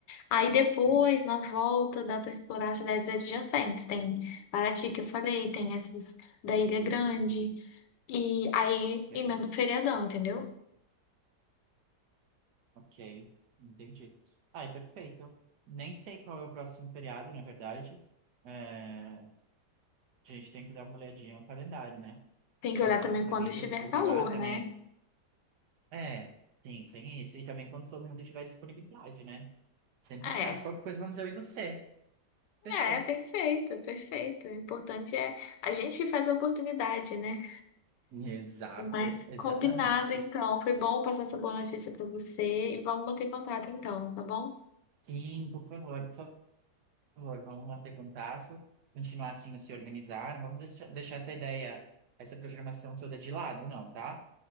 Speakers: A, on the left; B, on the right.
A: Aí depois,
B: Hum,
A: na volta, dá para explorar as cidades adjacentes. Tem Paraty, que eu falei, tem essas da Ilha Grande. E aí
B: Ok,
A: emenda um feriadão, entendeu?
B: ok. Entendi. Ai, perfeito. Nem sei qual é o próximo feriado, na verdade. É, a gente tem que dar uma olhadinha no calendário, né?
A: Tem
B: Chamar
A: que olhar também
B: nossas
A: quando
B: amigas
A: estiver
B: e programar
A: calor,
B: também.
A: né?
B: É, sim, tem isso. E também quando todo mundo tiver disponibilidade, né? Sempre
A: É,
B: chato. Qualquer coisa, vamos eu e você. Fechou.
A: é, perfeito, perfeito. O importante é a gente que faz a oportunidade, né?
B: Exato,
A: Mas
B: exatamente.
A: combinado, então. Foi bom passar essa boa notícia para você e vamos manter contato, então, tá bom?
B: Sim, por favor, por favor, vamos manter contato, continuar assim a se organizar. Não vamos deixar, deixar essa ideia, essa programação toda de lado, não, tá?